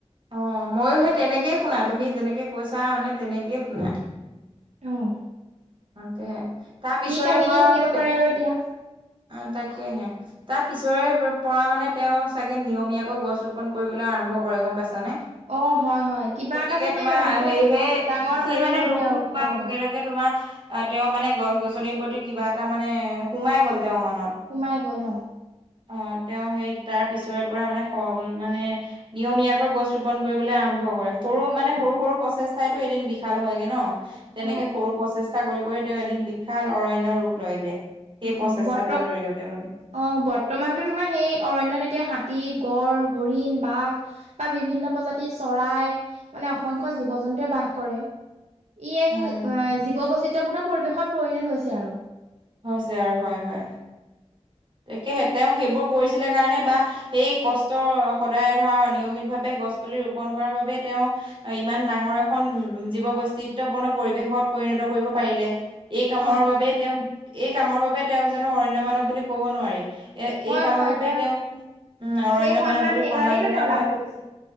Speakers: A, on the right (about 45°); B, on the right (about 80°).
A: অ, মইয়ো সেই তেনেকেই শুনা, তুমি যেনেকে কৈছা মানে তেনেকেই শুনা।
B: অ'
A: তাকে, তাৰ পিছৰে
B: কি কাহিনী
A: পৰা
B: থাকিব
A: মানে
B: পাৰে আৰু এতিয়া।
A: অ, তাকেহে তাৰ পিছৰে পৰা মানে তেওঁ চাগে নিয়মীয়াকৈ গছ ৰোপন কৰিবলৈ আৰম্ভ কৰে গম পাইছানে।
B: অ হয় হয় কিবা
A: তেনেকে
B: এটা চাগে
A: তোমাৰ
B: তো
A: হেৰি সেই,
B: ডাঙৰ
A: সি
B: হেৰি
A: মানে
B: হ'ল
A: দুখটো
B: তেওঁলোক
A: পোৱাৰ
B: তেওঁৰ লগত
A: লগে-লগে তোমাৰ অ, তেওঁ মানে গছ-গছনিৰ প্ৰতি কিবা এটা মানে সোমাই গ'ল তেওঁৰ মনত।
B: সোমাই গ'ল অ।
A: অ, তেওঁ সেই তাৰ পিছৰে পৰা মানে হ মানে নিয়মীয়াকৈ গছ ৰোপন কৰিবলৈ আৰম্ভ কৰে। সৰু মানে
B: অ
A: সৰু-সৰু প্ৰচেষ্টাইটো এদিন বিশাল হয়গে ন। তেনেকে
B: অ
A: সৰু প্ৰচেষ্টা চেষ্টা কৰি-কৰি তেওঁ এদিন বিশাল অৰণ্য ৰূপ লয়গে, সেই
B: অ
A: প্ৰচেষ্টাটোৰ
B: বৰ্ত
A: জৰিয়তে মানে।
B: অ, বৰ্তমানতো তোমাৰ সেই অৰণ্যত এতিয়া হাতী, গড়, হৰিণ, বাঘ বা বিভিন্ন প্ৰজাতিৰ চৰাই মানে অসংখ্য জীৱ জন্তুৱে বাস কৰে। ই এক
A: উম
B: জীৱ বৈচিত্ৰয়পূৰ্ণ পৰিৱেশত পৰিণত হৈছে আৰু।
A: হৈছে আৰু হয়-হয়। তাকেহে, তেওঁ সেইবোৰ কৰিছিলে কাৰণে বা সেই কষ্ট সদায় ধৰা নিয়মিত ভাৱে গছ পুলি ৰোপন কৰাৰ বাবে তেওঁ ইমান ডাঙৰ এখন উম' জীৱ বৈচিত্ৰয়পূৰ্ণ পৰিৱেশত পৰিণত কৰিব পাৰিলে। এই কামৰ
B: হয়
A: বাবেই তেওঁক, এই কামৰ বাবে তেওঁক জানো অৰণ্য মানৱ বুলি ক'ব নোৱাৰি। এ
B: হয়
A: এই কামৰ
B: হয়
A: বাবে
B: এটা
A: তেওঁক উম' অৰণ্য
B: সেই সন্মান
A: মানৱ বুলি
B: সেইকাৰণেইতো
A: সন্মান জনোৱা
B: তেওঁ
A: হয়।
B: লাভ কৰিছে